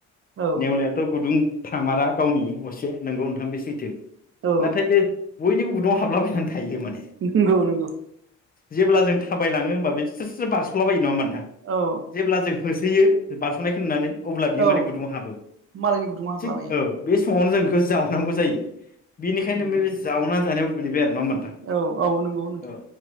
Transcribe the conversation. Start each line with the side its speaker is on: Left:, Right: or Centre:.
Right: औ
Left: नेवलायाथ' गुदुं थामारा गावनि असे नोंगौ नोंथां बे सैथो।
Right: औ
Left: नाथाय बे बयनिबो गुदुङाव हाबला बायनानै थायो माने।
Right: नंगौ नंगौ
Left: जेब्ला जों थाबायलाङो होनबा बे स्रो स्रो बारस'लाबायो नङा होनबा नोंथां?
Right: औ
Left: जेब्ला जों हो सोयो बारस'नायखौ नुनानै अब्ला बियो
Right: औौ
Left: माने गुदुंङाव हाबो
Right: मालायनि गुदुङाव हाबलाबायो
Left: थिग औ बे <unintelligible> जों बेखौ जावनांगौ जायो। बिनिखायनो
Right: उम
Left: बे जावनानै जानायाव गोलैबाय आरो नङा होनबा नोंथां?
Right: औ औ नंगौ नोंथां
Left: औ